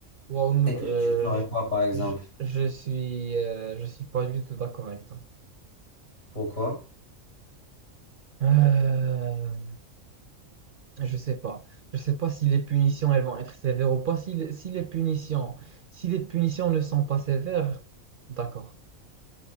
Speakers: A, on the right; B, on the left.
A: Wow, nous,
B: Et toi,
A: euh,
B: tu ferais
A: je,
B: quoi, par exemple?
A: je, je suis, euh, je suis pas du tout d'accord avec toi.
B: Pourquoi?
A: Euh, je sais pas. Je sais pas si les punitions, elles vont être sévères ou pas. Si, les- si les punitions, si les punitions ne sont pas sévères, d'accord.